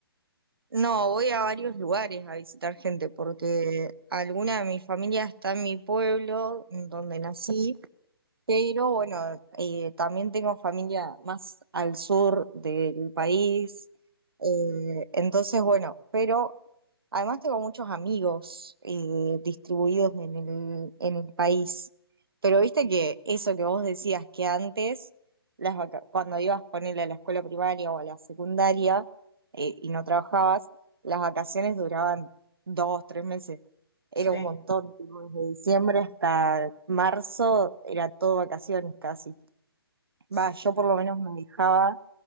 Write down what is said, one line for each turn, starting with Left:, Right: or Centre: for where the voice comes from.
Right: No, voy a varios lugares a visitar gente porque alguna de mi familia está en mi pueblo, en donde nací, Pero bueno, eh, también tengo familia más al sur del país. eh, entonces, bueno, pero Además tengo muchos amigos eh, distribuidos en el, en el país, pero viste que eso que vos decías que antes, las vaca- cuando ibas ponerle a la escuela primaria o a la secundaria eh, y no trabajabas, las vacaciones duraban dos, tres meses. Era
Left: Sí,
Right: un montón, tipo, desde diciembre hasta marzo era todo vacaciones casi.
Left: sí,
Right: Va, yo
Left: sí.
Right: por lo menos me dejaba